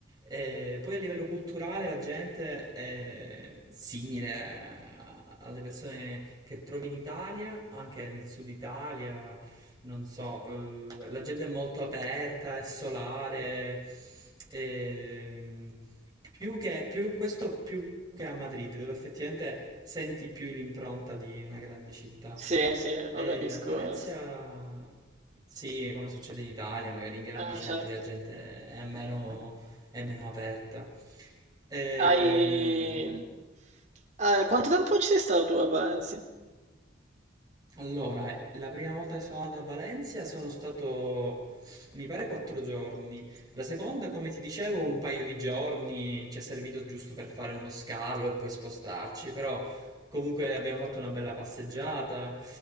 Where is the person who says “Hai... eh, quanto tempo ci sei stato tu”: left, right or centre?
Right